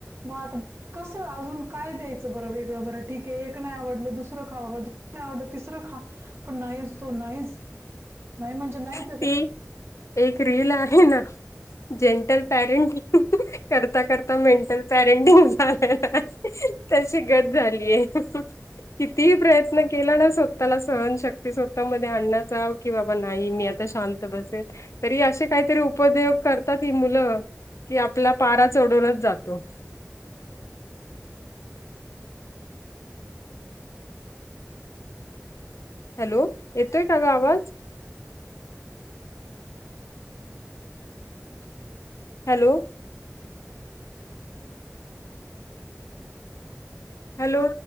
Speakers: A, on the right; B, on the left.
A: मग आता कसं अजून काय द्यायचं बरं वेगळं बरं ठीक आहे एक नाही आवडलं दुसरं खाव बाबा. दुसरं नाही आवडलं तिसरं खा पण नाहीच तो नाहीच नाही म्हणजे नाही.
B: ती एक रीलील आहे ना जेंटल पेरेंट. करता करता मेंटल पॅरेंटिंग झालय. तशी गत झालीय. कितीही प्रयत्न केला ना स्वतःला सहनशक्ती स्वतः मध्ये आणण्याचा की बाबा नाही मी आ शांत बसेल तरी असे काहीतरी उपद्योग करतात ही मुलं. की आपला पारा चढूनच जातो. हॅलो येतोय का ग आवाज. हॅलो. हॅलो.